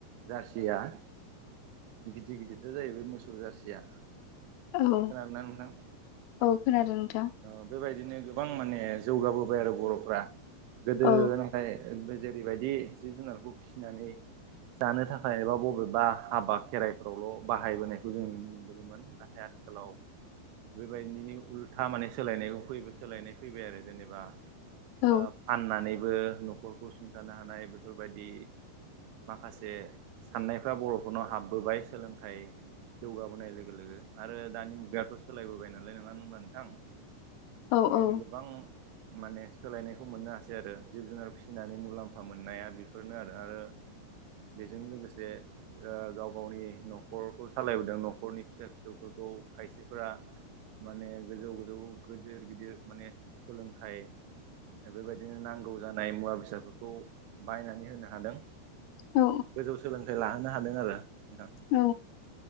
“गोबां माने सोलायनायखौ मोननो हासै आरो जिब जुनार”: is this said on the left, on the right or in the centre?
Right